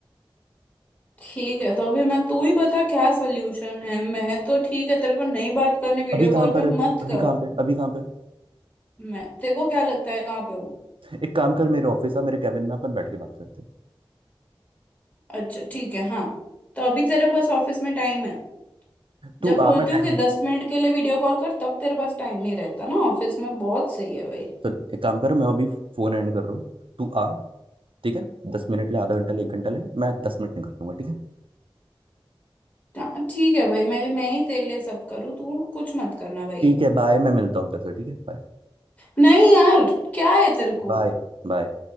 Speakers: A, on the left (about 15°); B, on the right (about 70°).
A: ठीक है तो अभी मैं तू ही बता क्या सोल्यूशन है मैं तो ठीक है तेरे को नहीं बात करने वीडियो
B: अभी कहाँ
A: कॉल
B: पर
A: पे
B: है तू
A: मत
B: अभी
A: कर
B: कहाँ पे अभी कहाँ पे
A: मैं तेरे को क्या लगता है कहाँ पे हो
B: एक काम कर मेरे ऑफिस आ मेरे कैबिन में अपन बैठ के बात करते हैं
A: अच्छा ठीक है हाँ तो अभी तेरे पास ऑफिस में टाइम है जब
B: तू
A: बोलती
B: आ मैं टाइम
A: हूँ कि
B: निकाल
A: दस मिनट के लिए वीडियो कॉल कर तब तेरे पास टाइम नहीं रहता ना ऑफिस में बहुत सही है भाई
B: सुन एक काम कर मैं अभी फोन एंड कर रहा हूँ तू आ ठीक है दस मिनट ले आधा घंटा ले एक घंटा ले मैं दस मिनट निकाल लूंगा ठीक है
A: हाँ ठीक है भाई मैं मैं ही तेरे लिए सब करूँ तू कुछ मत करना भाई
B: ठीक है बाय मैं मिलता हूँ तेरे से ठीक है Bye
A: नहीं यार क्या है तेरे को
B: bye bye